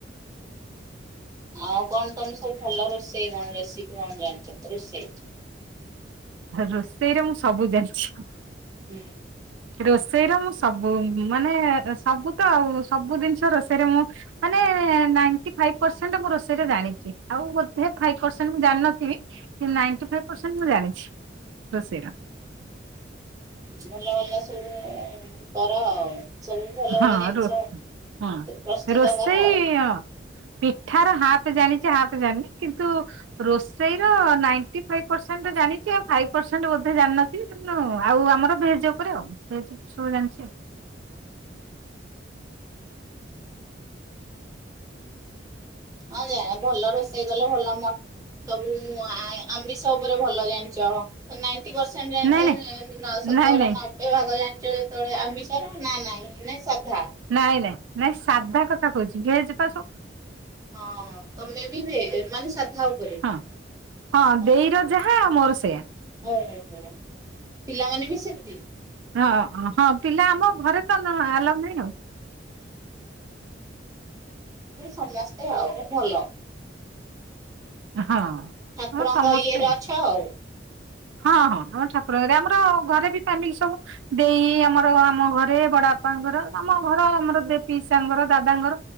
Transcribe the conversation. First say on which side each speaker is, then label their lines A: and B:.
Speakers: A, on the right (about 20°); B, on the right (about 90°).
A: ଆଉ କଣ ତମେ ସବୁ ଭଲ ରୋଷେଇ କଣ ରେସିପି କଣ ଜାଣିଛ ରୋଷେଇ?
B: ରୋଷେଇରେ ମୁଁ ସବୁ ଜାଣିଛି।
A: ହୁଁ।
B: ରୋଷେଇ ର ମୁଁ ସବୁ ମାନେ ସବୁ ତ ଆଉ ସବୁ ଜିନିଷ ରୋଷେଇ ମୁ ମାନେ ନାଇଟି ଫାଇବ ପରସେଣ୍ଟ ମୁଁ ରୋଷେଇରେ ଜାଣିଛି ଆଉ ବୋଧେ ଫାଇବ ପରସେଣ୍ଟ ମୁଁ ଜାଣିନଥିବି କି ନାଇଟି ଫାଇବପରସେଣ୍ଟ ମୁଁ ଜାଣିଛି ରୋଷେଇର।
A: ଭଲା ଭଲଲସବୁ କର ଆଉ। ଚଲ ଭଲା
B: ହଁ
A: ଭଲ ଯଛ
B: ରୋ
A: ସେ
B: ହଁ
A: ପ୍ରସ୍ତୁତ
B: ରୋଷେଇ
A: ଆ ଘଉ
B: ହଁ ପିଠାର ହାପ ଜାଣିଛି ହାଫ ଜାଣିନି କିନ୍ତୁ ରୋଷେଇ ର ନାଇଟି ଫାଇବ ପରସେଣ୍ଟ ଜାଣିଛି ଆଉ ଫାଇବ ପରସେଣ୍ଟ ବୋଧେ ଜାଣିିନି ତ ଆଉ ଆମର ଭେଜ୍ ଉପରେ ଆଉ ଭେଜ ସବୁ ଜାଣିଛି ଆଉ।
A: ହଁ ଯା ଭଲ ରୋଷେଇ କଲେ ଭଲ ମ ସବୁ ଆମି ସବୁରେ ଭଲ ଜାଣିଛ ନାଇଣ୍ଟି ପରସେଣ୍ଟ
B: ନାଇଁ ନାଇଁ
A: ସତଟା
B: ନାଇଁ ନାଇଁ
A: ନଅ ଭଗଞ୍ଚ ତୋଳେ ଆମି କର ନା ନାହି ନ ସଧା
B: ନାଇଁ ନାଇଁ ନାଇଁ ସାଧା କଥା କହୁଛି ଭେଜ ବା ସବୁ।
A: ହଁ ତମେ ବି ମାନେ ସାଧା ଉପରେ।
B: ହଁ ହଁ
A: ଓହୋ
B: ଦେଇର ଯାହା ମୋର ସେୟା।
A: ହଉ ପିଲାମାନେ ବି ସେମିତି?
B: ହଁ ହଁ ପିଲା ଆମ ଘରେ ତ ଆଲ ନାହିଁ ଆଉ।
A: ଓୁ ସମସ୍ତେ ଆଉ ଭଲ।
B: ହଁ
A: ଠାକୁରଙ୍କ
B: ଆମର ସମସ୍ତେ।
A: ଇଏରେ ଅଛ ଆଉ
B: ହଁ ହଁ ଆମ ଠାକୁରରେ ଆମର ଘରେ ବି ଫ୍ୟାମିଲି ସବୁ ଦେଇ ଆମର ଆମ ଘରେ ବଡ ବାପାଙ୍କର ଆମ ଘର ଆମର ପିଇସାଙ୍କର ଦାଦାଙ୍କର